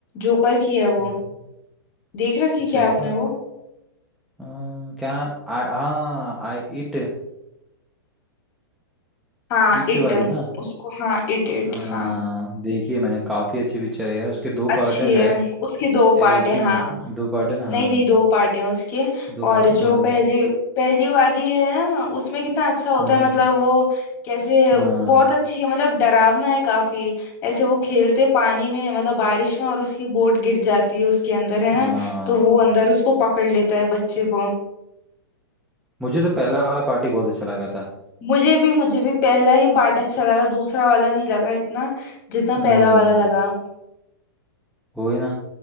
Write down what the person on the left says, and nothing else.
जोकर की है वो
देख रखी
क्या आपने
वो
हाँ
इट
उसको हाँ इट इट
हाँ
अच्छी
है उसके दो
पार्ट
है
हाँ
नहीं नहीं दो पार्ट हैं उसके
और
जो
पहली पहली वाली है ना उसमें कितना अच्छा होता
है मतलब वो कैसे
बहुत अच्छी है मतलब डरावना है काफी ऐसे वो खेलते पानी में मतलब बारिश में और उसकी बोट गिर जाती है उसके अंदर है ना
तो वो अंदर उसको पकड़ लेता है बच्चे को
मुझे भी मुझे भी पहला ही पार्ट अच्छा लगा दूसरा वाला नहीं लगा इतना जितना
पहला वाला लगा